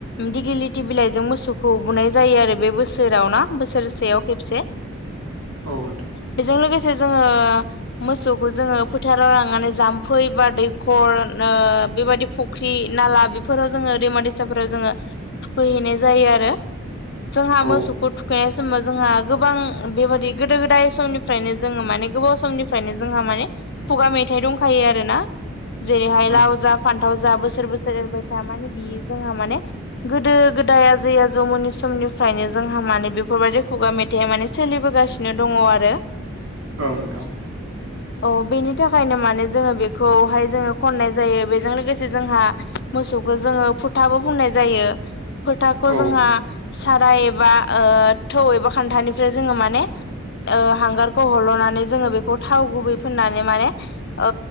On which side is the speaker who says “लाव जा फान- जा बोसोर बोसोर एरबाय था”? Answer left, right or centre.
Left